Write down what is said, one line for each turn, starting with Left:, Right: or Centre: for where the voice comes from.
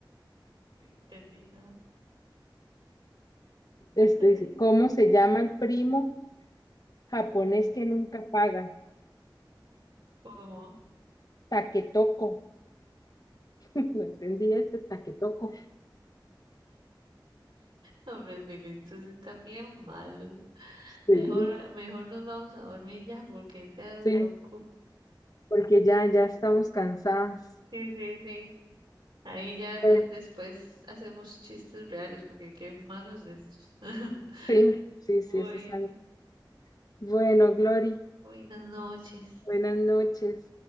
Right: No entendí nada.
Left: Este
Right: Ay,
Left: dice, ¿cómo
Right: no.
Left: se llama el primo? Japonés que nunca paga.
Right: ¿Cómo?
Left: Taquetoco. <laughs> No entendí ese taquetoco.
Right: Hombres, Bilichus están bien malos.
Left: Sí,
Right: Mejor, mejor nos vamos a dormir ya porque seas
Left: sí,
Right: loco.
Left: porque ya, ya estamos cansados.
Right: Sí, sí, sí. Ahí ya
Left: Bueno,
Right: después hacemos chistes reales porque qué malos estos. <laughs>
Left: sí, sí,
Right: Bueno,
Left: sí, eso es algo. Bueno, Glory,
Right: buenas noches.
Left: buenas noches.